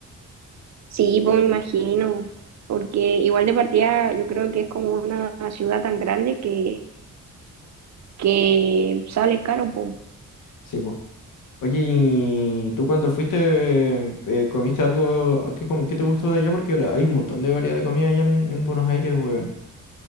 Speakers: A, on the right; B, on the left.
A: Sí, pues me imagino, porque igual de partida yo creo que es como una ciudad tan grande que, que sale caro, pues.
B: Sí, pues. Oye, ¿y tú cuando fuiste eh, comiste algo qué com- que te gustó de allá? Porque la- hay un montón de variedad de comida allá en, en Buenos Aires, weón.